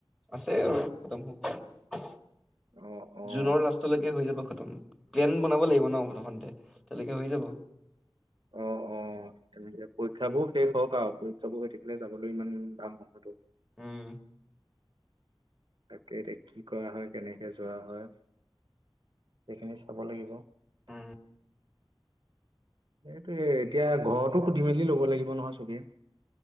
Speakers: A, in the centre; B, on the right (about 65°).
A: আছে আৰু খতম হ'ব।
B: অ অ
A: জুনৰ লাষ্টলৈকে হৈ যাব খত একদম প্লেন বনাব লাগিব ন প্ৰথমতে তেতিয়ালৈকে হৈ যাব।
B: অ' অ তেনেকে পৰীক্ষাবোৰ শেষ হওঁক আৱ পৰীক্ষাবোৰ হৈ থাকিলে যাবলৈ ইমান টান নহয় টো
A: উম।
B: তাকে এতিয়া কি কৰা হয়, কেনেকে যোৱা হয়, সেইখিনি চাব লাগিব এইটোৱেই,
A: উম
B: এতিয়া ঘৰতো সুধি মেলি ল'ব লাগিব নহয় চবেই।